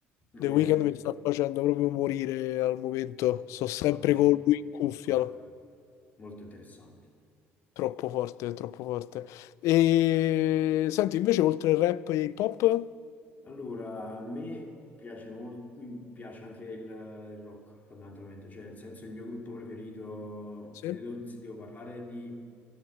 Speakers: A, on the left; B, on the left.
A: lui
B: The Weeknd
A: è
B: mi sta facendo proprio morire al momento. Sto sempre
A: una voce
B: con
A: molto
B: lui in cuffia.
A: particolare,
B: no?
A: molto interessante.
B: Troppo forte, troppo forte. E senti, invece, oltre il rap e hip hop?
A: Allora, a me piace molto, mi piace anche il, il rock fondamentalmente, cioè nel senso il mio gruppo preferito,
B: Sì.
A: se devo, se devo parlare di,